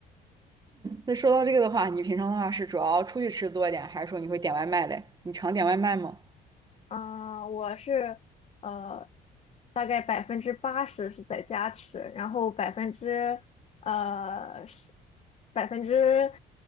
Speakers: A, on the right; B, on the left.
A: 那说到这个的话，你平常的话是主要出去吃多一点，还是说你会点外卖嘞？你常点外卖吗？<laughs>
B: 嗯，我是呃，大概百分之八十是在家吃，然后百分之呃十百分之